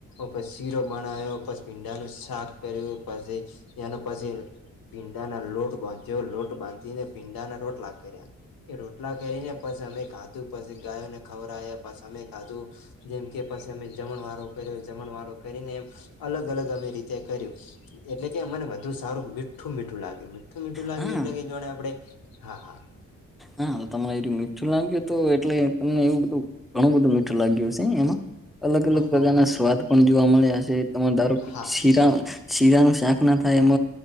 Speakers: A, on the left (about 80°); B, in the centre.
A: પછી શીરો બનાવ્યો પછી ભીંડા ન શાક કર્યું પછી એનો પછી પીંડાના લોટ બાંધ્યો લોટ બાંધીને પીંડાના લોોટલા કર્યા એ રોટલા કરીને પસ અમે કાધું પછી ગાયોને ખબર આવે પછ અમે કાધું જેમ કે પછી અમે જમણ વારો કર્યો જમણ વારો કરીને એમ અલગ અલગ અમે રીતે કર્યું એટલે કે મને વધુ સારું મીઠું મીઠું લાગ્યું મીઠું મીઠું લાગ્યું
B: હા
A: એટલે કે જોણે આપડે હા હા
B: હા તમને એું મીઠું લાગ્યું હત એટલે તમને એવું બધું ઘણું બધું મીઠું લાગ્યુંશે એમાં અલગ અલગ
A: હમ
B: પ્રકારના સ્વાદ પણ જોવા મળ્યા છે તમે ધારો કે
A: હા
B: શીરા શીરા ન શાક ના થાય એમ